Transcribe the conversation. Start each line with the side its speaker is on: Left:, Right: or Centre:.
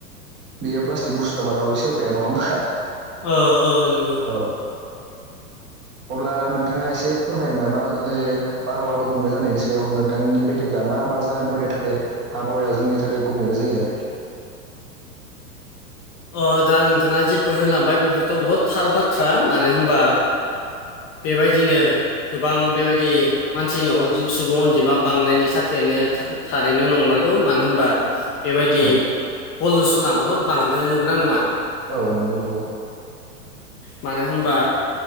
Right: बेयो प्लास्टिक बुस्थुा मालाबाबो सेवखाया नङा होमा?
Left: ओ ओ नंगौ।
Right: औ अब्ला नोंथाङा एसे फोरमायगोन नामा? बारहावा गुबुंले जानायनि सायाव नोंथांनि बायदिब्ला मा मा जाहोनफोरनि थाखाय आबहावाया जोंनि थाखाय गुबुंले जायो
Left: अ दा नोंथाङा जिेफोर होलांबाय बेफोरथ' बहुद थार बाथ्रा मानो होनबा बेबायदिनो गोबां बेबायदि मानसिनि सुबुं अनजिमा बांनायनि थाखायनो थारैनो नंमारगौ मानो होनबा बेबायदि
Right: औ
Left: पलुसना बहुद बांद नंगौना नङा
Right: औ नंगौ नंगौ
Left: मानो होनबा